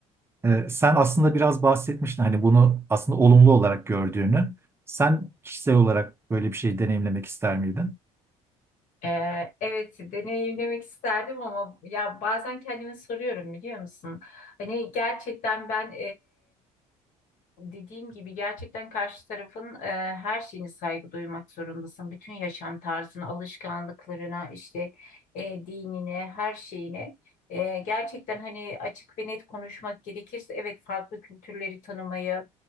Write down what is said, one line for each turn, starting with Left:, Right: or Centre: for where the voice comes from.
Right: E, sen aslında biraz bahsetmiştin hani bunu aslında olumlu olarak gördüğünü. Sen kişisel olarak böyle bir şey deneyimlemek ister miydin?
Left: Ee, evet deneyimlemek isterdim ama ya bazen kendime soruyorum biliyor musun? Hani gerçekten ben Dediğim gibi gerçekten karşı tarafın e, her şeyine saygı duymak zorundasın. Bütün yaşam tarzına, alışkanlıklarına, işte e, dinine, her şeyine. E, gerçekten hani açık ve net konuşmak gerekirse evet farklı kültürleri tanımayı